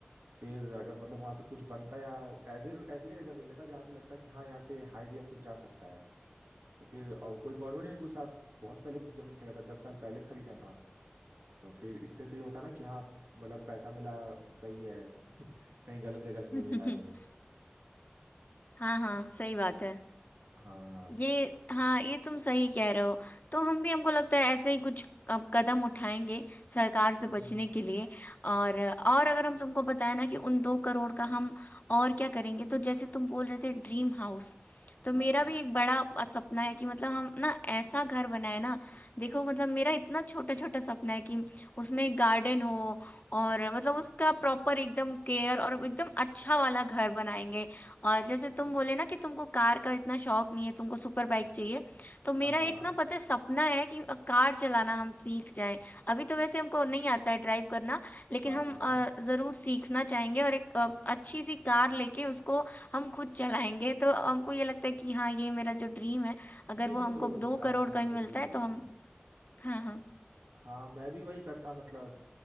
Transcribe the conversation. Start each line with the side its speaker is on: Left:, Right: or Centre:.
Right: फिर अगर मतलब वहां से कुछ बनता या ऐसी ऐसी जगह जमीन लेता जहां से लगता कि हाँ यहाँ से हाईवे या कुछ जा सकता है तो फिर और कोई गवर्नमेंट नहीं पूछता आप बहुत पहले जमीन खरीदा था दस साल पहले खरीदा था तो फिर इससे तो ये होता ना कि हाँ मतलब पैसा मिला सही है <laughs> कहीं गलत जगह से
Left: <laughs>
Right: नहीं मिला है मुझे
Left: हाँ हाँ सही बात है
Right: हाँ
Left: ये हाँ ये तुम सही कह रहे हो तो हम भी हमको लगता है ऐसे ही कुछ अब कदम उठाएंगे सरकार से
Right: हम्म,
Left: बचने के लिए और और अगर हम तुमको बताए ना कि उन दो करोड़ का हम और क्या करेंगे तो जैसे तुम बोल रहे थे ड्रीम हाउस तो
Right: हाँ
Left: मेरा
Right: हाँ
Left: भी एक बड़ा सपना है कि मतलब हम ना ऐसा घर बनाए ना देखो मतलब मेरा इतना छोटा छोटा सपना है कि उसमें गार्डन हो और मतलब उसका प्रॉपर एकदम केयर और एकदम अच्छा वाला घर बनाएंगे और जैसे तुम बोले ना कि तुमको कार का इतना शौक नहीं है तुमको सुपर बाइक चाहिए तो मेरा
Right: हाँ
Left: एक ना पता है सपना है कि अ, कार चलाना हम सीख जाएं अभी तो वैसे हमको नहीं आता है ड्राइव करना लेकिन
Right: हाँ
Left: हम अ,
Right: हाँ।
Left: जरूर सीखना चाहेंगे और एक अ, अच्छी सी कार लेके उसको हम खुद चलाएंगे तो हमको ये लगता है कि हाँ ये मेरा जो ड्रीम है अगर
Right: नहीं नहीं
Left: वो
Right: वो
Left: हमको
Right: तो
Left: दो
Right: कार
Left: करोड़
Right: चलाना
Left: का भी
Right: तो
Left: मिलता
Right: सीख
Left: है
Right: जाओगे
Left: तो हम
Right: तुम
Left: हाँ हाँ
Right: हाँ मैं भी वही करता मतलब